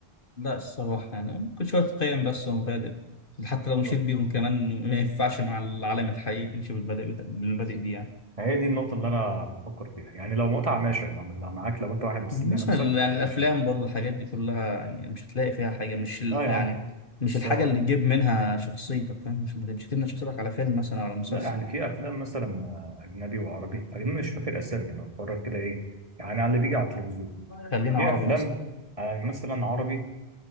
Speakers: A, on the left; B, on the right.
A: لا الصراحة يعني كل شوية قيم بس ومبادئ حتى لو
B: بالظبط
A: مشيت بيهم كمان ما ينفعش مع العالم الحقيقي تمشي بالمبادئ بتا- بالمبادئ دي يعني
B: فهي دي النقطه اللي انا بفكر فيها يعني لو متعه ماشي انا أعملها معاك لو انت واحد بتسلي
A: مثلا
B: نفسك
A: يعني الأفلام
B: ماشي
A: برضو الحاجات دي كلها يعني مش هتلاقي فيها حاجة مش ال-
B: لا يا
A: يعني
B: عم
A: مش
B: سوا
A: الحاجة اللي تجيب منها شخصيتك فاهم مش مش تبني شخصيتك على فيلم مثلا أو على مسلسل
B: لا يعني في افلام مثلا آه، اجنبي وعربي اجنبي مش فاكر اسامي انا بتفرج كده ايه يعني على اللي بيجي على التلفزيون
A: خلينا
B: في
A: عربي
B: افلام
A: مثلا
B: آه، مثلا عربي